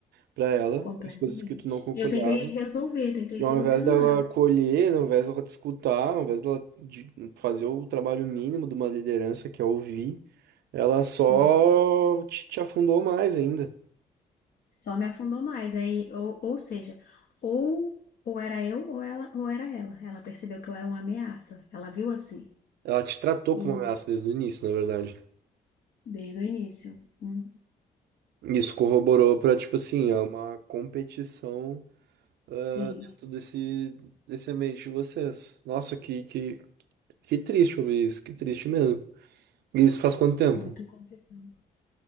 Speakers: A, on the right; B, on the left.
A: pra ela
B: Completamente.
A: as coisas que tu não concordava.
B: Eu tentei resolver, tentei
A: E
B: solucionar.
A: ao invés dela acolher, ao invés dela te escutar, ao invés dela de- fazer o trabalho mínimo de uma liderança, que é ouvir, ela só
B: E
A: te, te afundou mais ainda.
B: Só me afundou mais. Aí, ou, ou seja, ou, ou era eu ou ela, ou era ela. Ela percebeu que eu era uma ameaça. Ela viu assim.
A: Ela te tratou
B: E
A: como ameaça desde o início, na verdade.
B: desde o início. Hum,
A: Isso corroborou pra, tipo assim, é uma competição. ah,
B: sim,
A: dentro desse, desse ambiente de vocês. Nossa, que, que, que triste ouvir isso, que triste mesmo. E isso faz quanto tempo?
B: muito complicado.